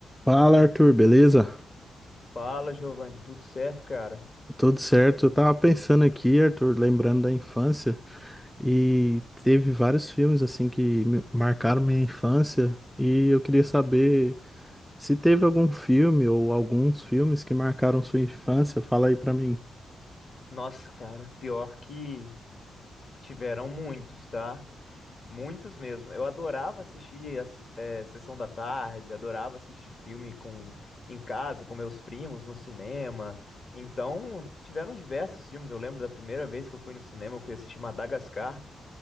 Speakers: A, in the centre; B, on the left.
A: Fala, Arthur, beleza?
B: Fala, Giovanni, tudo certo, cara?
A: Tudo certo? Eu tava pensando aqui, Arthur, lembrando da infância, e teve vários filmes assim que me- marcaram minha infância, e eu queria saber se teve algum filme ou alguns filmes que marcaram sua infância, fala aí pra mim.
B: Nossa, cara, pior que tiveram muitos, tá? Muitos mesmo. Eu adorava assistir a se- eh, sessão da tarde, adorava assistir filme com em casa, com meus primos, no cinema. Então, tiveram diversos filmes. Eu lembro da primeira vez que eu fui no cinema, eu fui assistir Madagascar.